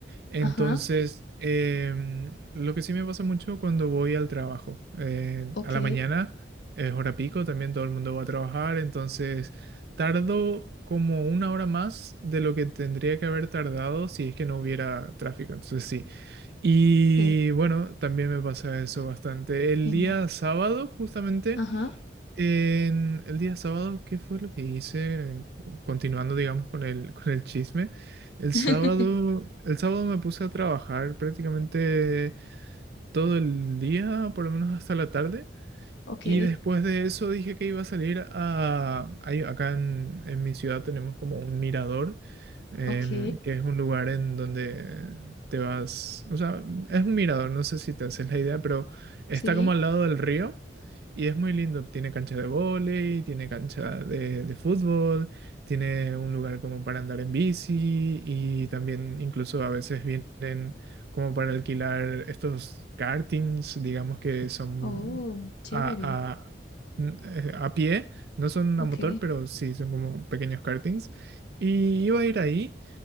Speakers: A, on the right; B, on the left.
A: Entonces,
B: Ajá,
A: em, lo que sí me pasa mucho cuando voy al trabajo. eh,
B: ok,
A: a la mañana es hora pico, también todo el mundo va a trabajar. Entonces, tardo como una hora más de lo que tendría que haber tardado si es que no hubiera tráfico. Entonces, sí. Y
B: ok,
A: bueno, también me pasa eso bastante. El
B: me ima-
A: día sábado, justamente.
B: ajá,
A: En el día sábado, ¿qué fue lo que hice? Continuando, digamos, con el, con el chisme. El
B: <laughs>
A: sábado, el sábado me puse a trabajar prácticamente todo el día, por lo menos hasta la tarde.
B: ok,
A: Y después de eso dije que iba a salir a... hay- acá en, en mi ciudad tenemos como un mirador, em,
B: ok,
A: que es un lugar en donde te vas... O sea, es un mirador, no sé si te haces la idea, pero está
B: sí,
A: como al lado del río y es muy lindo. Tiene cancha de vóley, tiene cancha de, de fútbol, tiene un lugar como para andar en bici y también incluso a veces vienen como para alquilar estos kartings, digamos que son
B: oh, chévere,
A: a, a- n- eh, a pie, no son
B: ok,
A: a motor, pero sí son como pequeños kartings. Y iba a ir ahí,